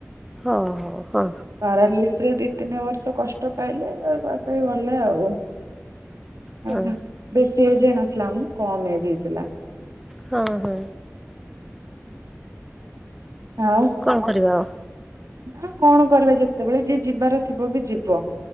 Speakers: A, in the centre; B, on the right.
A: ହ ହ ହ।
B: ପାରାଲିସ ରେ ଦି ତିନି ବର୍ଷ କଷ୍ଟ ପାଇଲେ, ତାପରେ ଗଲେ ଆଉ।
A: ହଁ
B: ଓ ହୋ, ବେଶୀ ଏଜେ ହେଇନଥିଲା ମ, କମ ଏଜ ହେଇଥିଲା।
A: ହଁ ହଁ।
B: ଆଉ,
A: କଣ କରିବା ଆଉ।
B: ଆଉ କଣ କରିବା ଯେତେବେଳେ ଯିଏ ଯିବାର ଥିବ ବି ଯିବ।